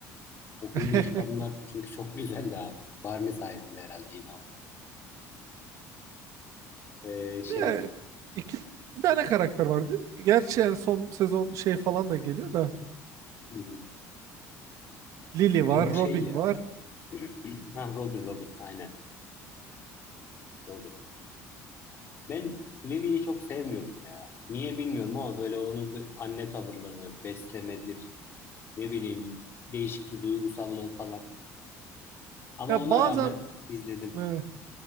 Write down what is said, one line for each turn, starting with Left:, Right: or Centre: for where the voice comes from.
Left: O filmdeki
Right: <laughs>
Left: kadınlar çünkü çok güzeldi abi. Barney sayesinde herhalde yine o. Ee, şey
Right: Ya, iki iki tane karakter var değil mi? Gerçi yani son sezon şey falan da geliyor da.
Left: hı hı.
Right: Lily var,
Left: benim şey
Right: Robin
Left: ya.
Right: var.
Left: <clears throat> Ha Robin Robin aynen Robin. Ben Lily'yi çok sevmiyordum ya. Niye bilmiyorum ama böyle onun bir anne tavırları, beslemedir, ne bileyim değişik bir duygusallığı falan. Ama
Right: Ya
Left: ona
Right: bazen
Left: rağmen izledim.
Right: e,